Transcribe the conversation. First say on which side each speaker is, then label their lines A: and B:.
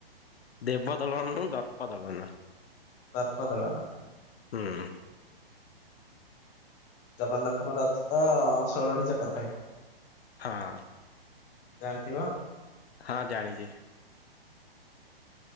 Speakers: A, on the left; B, on the left.
A: ଦେବ ଦଳନ ଦର୍ପ ଦଳନ।
B: ଦର୍ପଦଳନ।
A: ହୁଁ।
B: ଜଗନ୍ନାଥଙ୍କ ରଥ ତ ଷୋଳଟି ଚକ ଥାଏ।
A: ହଁ।
B: ଜାଣିଥିବ।
A: ହଁ ଜାଣିଛି।